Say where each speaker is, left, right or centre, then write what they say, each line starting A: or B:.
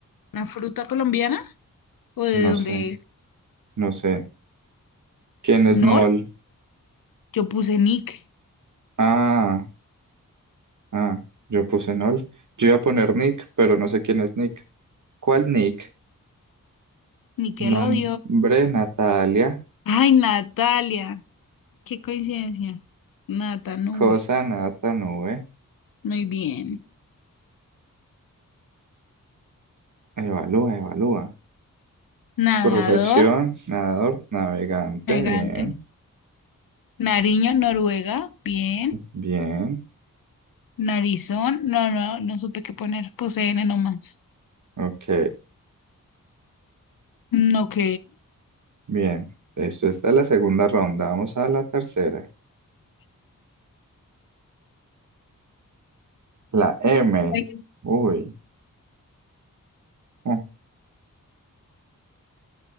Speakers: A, on the left (about 90°); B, on the right (about 60°).
A: una fruta colombiana, o de
B: No
A: dónde
B: sé, no sé. ¿Quién es
A: no,
B: Nol?
A: yo puse Nick,
B: Ah, ah, yo puse Nol. Yo iba a poner Nick, pero no sé quién es Nick. ¿Cuál Nick?
A: Nickelodeon.
B: Nombre Natalia.
A: Ay, Natalia, qué coincidencia. Nata, nube.
B: Cosa nata nube.
A: Muy bien.
B: Evalúa, evalúa.
A: Nadador,
B: Profesión, nadador, navegante.
A: elegante.
B: Bien,
A: Nariño, Noruega, bien.
B: bien.
A: Narizón, no, no, no supe qué poner. Puse N nomás.
B: Ok,
A: Mm, Ok.
B: bien. Esto está en la segunda ronda. Vamos a la tercera. La M.
A: Ay,
B: Uy. mm,